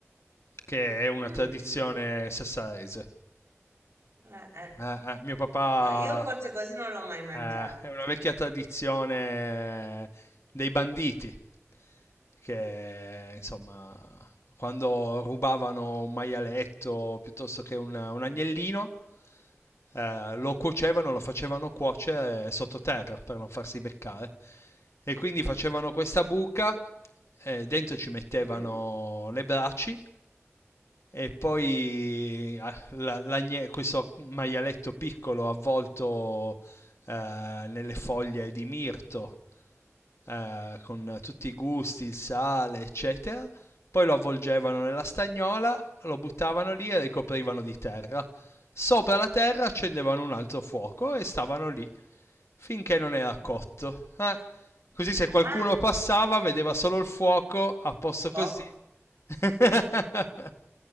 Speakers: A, on the left; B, on the right.
A: che è una
B: Mm,
A: tradizione sassarese.
B: eh, eh.
A: Eh, eh, mio papà
B: No, io forse così non l'ho mai mangiata.
A: Eh, è una vecchia tradizione dei banditi che insomma quando rubavano un maialetto piuttosto che un, un
B: Mhm,
A: agnellino eh, lo cuocevano, lo facevano cuocere sottoterra per non farsi beccare e quindi facevano questa buca eh, dentro ci mettevano
B: mhm,
A: le braci e poi ah, la- l'agne- questo maialetto piccolo avvolto eh, nelle foglie di mirto eh, con tutti i gusti, il sale, eccetera. Poi lo avvolgevano nella stagnola, lo buttavano lì e ricoprivano di terra. Sopra la terra accendevano un altro fuoco e stavano lì finché non era
B: mhm.
A: cotto. Eh, Così se qualcuno
B: Ah,
A: passava vedeva solo il fuoco a posto
B: so.
A: così. <laughs>